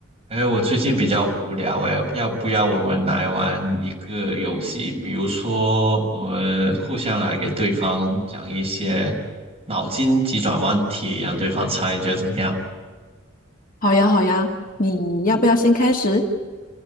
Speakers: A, on the right; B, on the left.
A: 哎，我最近比较无聊哎，要不要我们来玩一个游戏？比如说，我们互相来给对方讲一些脑筋急转弯题，让对方猜，你觉得怎么样？
B: 好呀，好呀，你要不要先开始？
A: 那